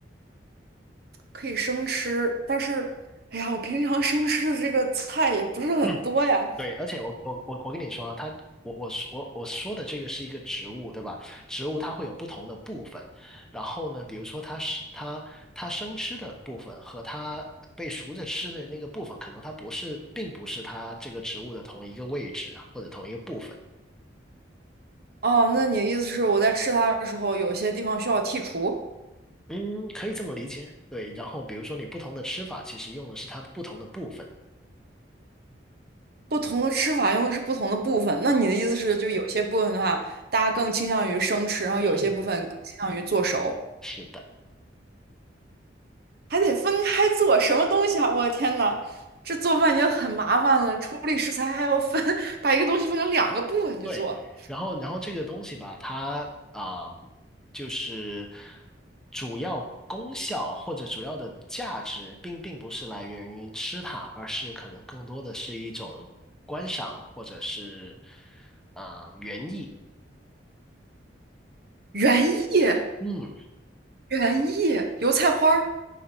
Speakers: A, on the right; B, in the centre.
A: 可以生吃，但是，哎呀，我平常生吃的这个菜也不是很多呀。
B: 嗯，<clears throat> 对，而且我我我我跟你说啊，它我我我我说的这个是一个植物，对吧？植物它会有不同的部分，然后呢，比如说它是它它生吃的部分和它被熟着吃的那个部分，可能它不是，并不是它这个植物的同一个位置或者同一个部分。
A: 哦，那你的意思是我在吃它的时候，有些地方需要剔除，
B: 嗯，可以这么理解。对，然后比如说你不同的吃法，其实用的是它不同的部分。
A: 不同的吃法用的是不同的部分。那你的意思是，就有些部分的话，大家更倾向于生吃，然后有些部分更倾向于做熟。
B: 嗯，是的。
A: 还得分开做，什么东西啊！我的天呐，这做饭已经很麻烦了，处理食材还要分，<laughs> 把一个东西分成两个部分去做。
B: 对，然后然后这个东西吧，它啊、就是主要功效或者主要的价值，并并不是来源于吃它，而是可能更多的是一种观赏或者是啊、园艺。
A: 原叶，
B: 嗯，
A: 原叶，油菜花儿，